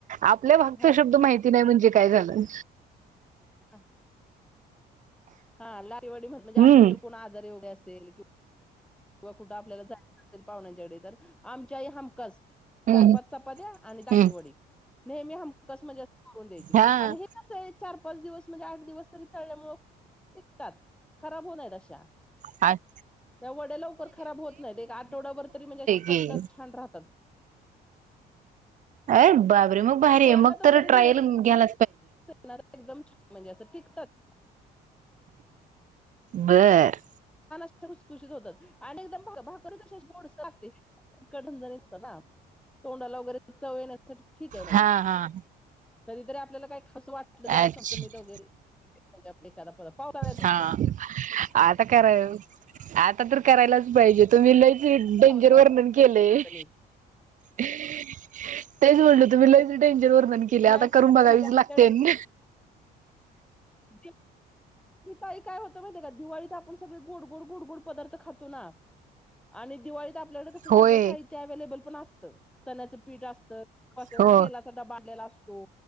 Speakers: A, on the right (about 50°); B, in the centre.
A: आपल्या भागचा
B: हा
A: शब्द माहिती नाही म्हणजे काय झालं.
B: ह हा लाटेवडी म्हण म्हणजे
A: हम्म
B: आपल्याकडे कोणआजारी वगैरे असेल किं किंवा कुठं आपल्याला जायच असेल पाहुण्यांच्याकडे तर आमची आई हमखास
A: हम्म
B: चार पाच चपात्या आणि दाटीवडी
A: हम्म
B: नेहमी हम खास म्हणजे अस करून द्यायची
A: हा
B: आणि हे कसं आहे चार पाच दिवस म्हणजे आठ दिवस तळल्यामुळं टिकतात खराब होत नाही अशा
A: अच
B: त्या वड्या खराब होत नाहीत एक आठवडाभर तरी म्हणजे कडक
A: की
B: छान राहतात.
A: अरे बाबरे मग भारी
B: प्रवासात
A: आहे मग
B: वगैरे
A: तर ट्रायल
B: न्यायचं
A: घ्याला
B: ना एकदम छान म्हणजे असं टिकतात.
A: बर
B: एकदम खुसखुशीत होतात आणि एकदम भाकरी कशा गोडस लागते इतकं झणझणीत तोंडाला वगैरे चव येण्यासाठी ठीक आहे म्हणजे
A: हा हा
B: कधीतरी आपल्याला काय असं वाटलं जरा
A: अच्छा
B: चमचमीत वगैरे एखादा पदार्थ पावसाळ्यात
A: हा आता करा आता तर करायलाच पाहिजे तुम्ही लैच डेंजर
B: खावंसं
A: वर्णन केलेय
B: वाटतं नीट
A: तेच बोललं तुम्ही लईच डेंजर वर्णन केलय
B: नाही
A: आता
B: छान
A: करून
B: असतं
A: बघावीच
B: म्हणजे आमच्याकडे
A: लागत त्यांन
B: <unintelligible> मी ताई काय होत माहितीय का दिवाळीत आपण सगळे गोड गोड गोड पदार्थ खातो ना आणि दिवाळीत आपल्याकडे कसं सगळं
A: होय
B: साहित्य अवेलेबल पण असतं चण्याचं पीठ असतं
A: हो
B: तेलाचा डबा आणलेला असतो